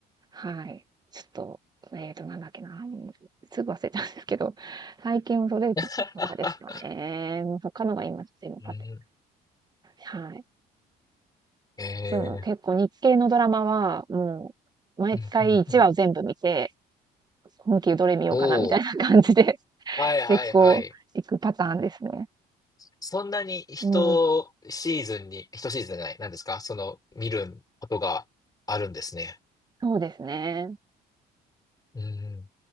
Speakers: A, on the right (about 25°); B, on the left (about 20°).
A: はい。ちょっと、えーと、なんだっけな、ん、すぐ忘れちゃうんですけど、最近それとかですかね。
B: <laughs>
A: 他のが今ちょっと今パッて
B: うんう
A: はい。
B: ん、え
A: でも結構日系のドラマは、もう毎回1話を全部見て、
B: ー、うんうんうん、
A: 今期どれ見ようかなみたいな感じで、
B: おお、
A: <laughs>
B: はいはいはい。
A: 結構行くパターンですね。
B: そんなに一シーズンに、
A: うん、
B: 一シーズンじゃない、なんですかその、見ることがあるんですね。
A: そうですね。
B: うん